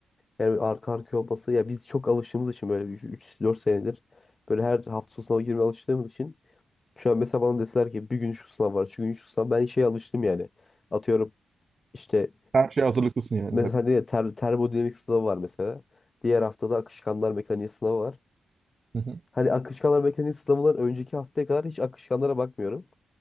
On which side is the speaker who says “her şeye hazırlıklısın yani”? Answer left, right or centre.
Right